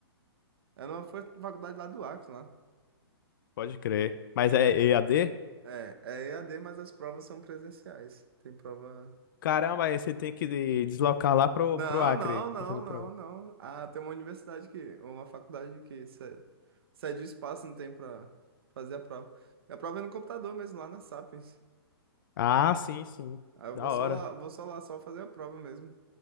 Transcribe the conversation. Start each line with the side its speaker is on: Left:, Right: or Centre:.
Right: é numa fa- faculdade lá do Acre, lá.
Left: Pode crer. Mas é EAD?
Right: É, é EAD, mas as provas são presenciais. Tem prova
Left: Caramba, aí você tem que de- deslocar lá pro,
Right: Não,
Left: pro Acre
Right: não, não,
Left: pra fazer prova.
Right: não, não. Ah, tem uma universidade que, uma faculdade que cede, cede o espaço, não tem pra fazer a prova. A prova é no computador mesmo, lá na Sapiens.
Left: Ah, sim, sim.
Right: Aí eu
Left: Da
Right: vou
Left: hora.
Right: só lá, vou só lá só fazer a prova mesmo.